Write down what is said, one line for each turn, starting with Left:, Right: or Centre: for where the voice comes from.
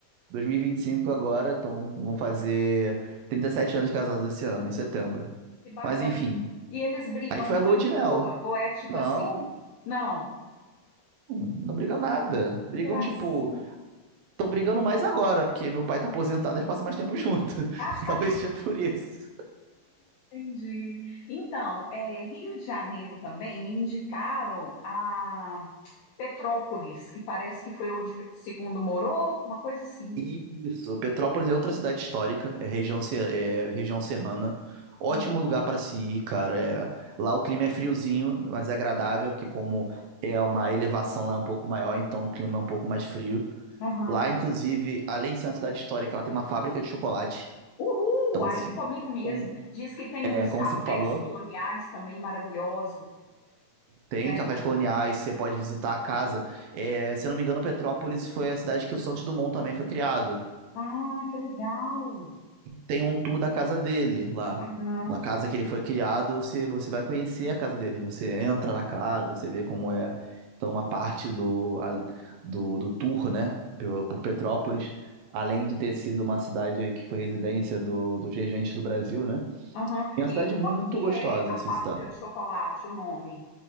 Right: 2025 agora, então vão fazer 37 anos de casados esse ano, em setembro.
Left: Que bacana.
Right: Mas enfim,
Left: E eles brigam
Right: aí foi
Left: muito?
Right: a lua de mel.
Left: Ou, ou é tipo
Right: Não,
Left: assim? Não.
Right: não brigam nada. Brigam,
Left: Gracinha.
Right: tipo, estão brigando mais agora, porque meu pai tá aposentado, e passam mais tempo junto.
Left: Ah,
Right: <laughs> Talvez seja por isso.
Left: entendi. Então, é, Rio de Janeiro também me indicaram a Petrópolis, que parece que foi onde Pedro segundo morou, uma coisa assim.
Right: Isso, Petrópolis é outra cidade histórica, é região, se- é região serrana. Ótimo
Left: Uhum.
Right: lugar para se ir, cara. É- lá o clima é friozinho, mas é agradável, porque como é uma elevação lá é um pouco maior, então o clima é um pouco mais frio.
Left: Uhum.
Right: Lá, inclusive, além de ser uma cidade histórica, lá tem uma fábrica de chocolate.
Left: Uhul!
Right: Então,
Left: Aí
Right: se,
Left: é comigo mesmo.
Right: como,
Left: Diz que tem
Right: é,
Left: uns
Right: como
Left: cafés
Right: você falou,
Left: coloniais também maravilhosos,
Right: tem
Left: né?
Right: cafés coloniais, você pode visitar a casa. É, se eu não me engano, Petrópolis foi a cidade que o Santos Dumont também foi criado.
Left: Ah, que legal!
Right: tem um tour da casa dele lá.
Left: Uhum.
Right: Na casa que ele foi criado, você, você vai conhecer a casa dele. Você entra na casa, você vê como é. Então, uma parte do, a- do, do tour, né, por, por Petrópolis, além de ter sido uma cidade que foi residência do, dos regentes do Brasil, né?
Left: Aham.
Right: É uma
Left: E
Right: cidade muito
Left: qual que
Right: gostosa
Left: é a
Right: de se
Left: fábrica
Right: visitar.
Left: de chocolate, o nome?